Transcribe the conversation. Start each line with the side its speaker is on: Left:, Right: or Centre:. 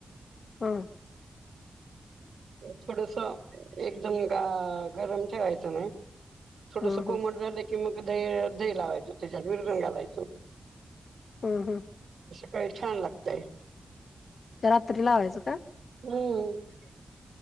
Left: ह.
Right: थोडस एकदम ग गरम ठेवायचं नाही. थोडसं
Left: हम्म हम्म
Right: कोमट झालं की मग दह दही लावायच त्याच्यात विरजण घालायच.
Left: हम्म हम्म.
Right: काय छान लागतय.
Left: रात्री लावायचं का?
Right: हम्म.